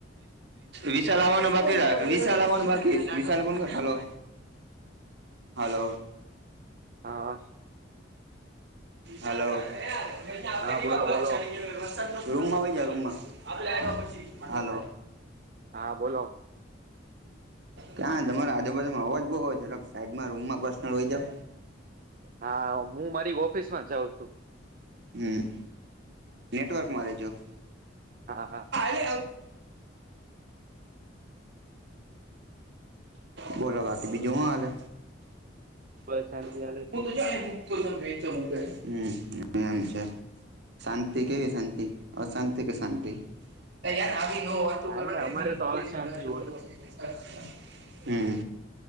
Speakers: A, on the right; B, on the right.
A: વિશાલ આવવાનું બાકી વિશાલ આવવાનું બાકી વિશાલ કો હેલો. હલો.
B: હા.
A: હલો આપે
B: હા
A: કેવાર
B: બોલો બોલો
A: ચડીયો. <unintelligible> હાલો.
B: હા બોલો.
A: ક્યાં તમારા આજુબાજુમાં અવાજ બઉવ હોક સાઈડમાં રૂમમાં પર્નલ હોય જ.
B: હા હું મારી ઓફિસ માં જાઉં તું.
A: હમ્મ નેટવર્કમાં રહેેજો.
B: હા હા.
A: હા. બોલો બાકી બીજું હું હલે.
B: બ શાંતિ.
A: <unintelligible>
B: હાલે છે
A: શાંતિ કેવી શાંતિ અશાંતિ કે શાંતિ આવી
B: હા
A: <unintelligible>
B: ને અમારે તો હવે શાંતિ હોય
A: હમ